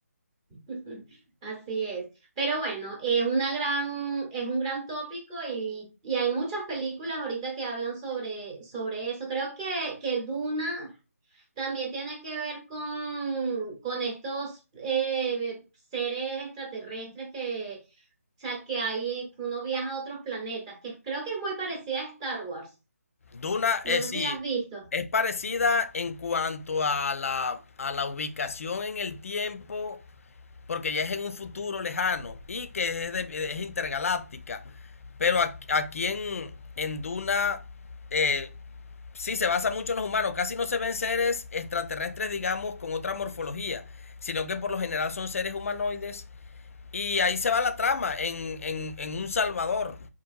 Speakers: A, on the right; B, on the left.
A: <laughs> Así es. Pero bueno, es una gran, es un gran tópico y, y hay muchas películas ahorita que hablan sobre, sobre eso. Creo que, que Duna también tiene que ver con, con estos eh, seres extraterrestres que, o sea, que hay, que uno viaja a otros planetas, que creo que es muy parecida a Star Wars.
B: Duna, eh,
A: No
B: sí,
A: sé si la has visto.
B: es parecida en cuanto a la, a la ubicación en el tiempo porque ya es en un futuro lejano y que es, de- es intergaláctica. Pero a- aquí en, en Duna eh, sí se basa mucho en los humanos, casi no se ven seres extraterrestres, digamos, con otra morfología, sino que por lo general son seres humanoides. Y ahí se va la trama en, en- en un Salvador.